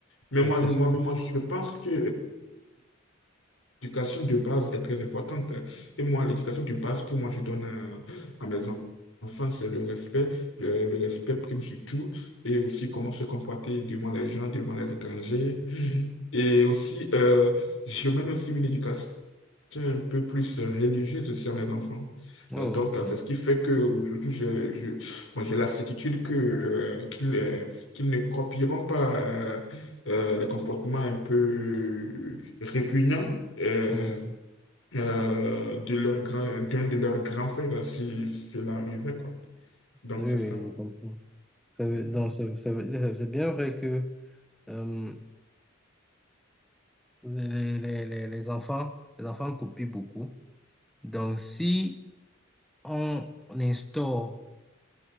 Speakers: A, on the left (about 75°); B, in the centre.
A: Mais
B: ça,
A: moi,
B: c'est-
A: je, moi, mais moi, je pense que L'éducation de base est très importante. Et moi, l'éducation de base que moi je donne euh, à mes en- enfants, c'est le respect. Le, le respect prime sur tout. Et aussi comment se comporter devant les gens, devant les étrangers. Et aussi, euh, je mène aussi une éducation un peu plus religieuse aussi à mes enfants.
B: Oh,
A: Euh, donc,
B: ok.
A: euh, c'est ce qui fait qu'aujourd'hui, je, je, bon, j'ai la certitude que, euh, qu'ils, euh, qu'ils ne copieront pas euh, euh, les comportements un peu répugnants. euh,
B: Hmm.
A: euh, de leur grand, d'un de leurs grands frères euh, si cela arrivait, quoi. Donc,
B: Oui,
A: c'est
B: oui,
A: ça.
B: je comprends. Ça veut-
A: Mm.
B: donc, ça veut- ça veut- dire- c'est bien vrai que euh, les, les, les, les enfants, les enfants copient beaucoup. Donc, si on, on instaure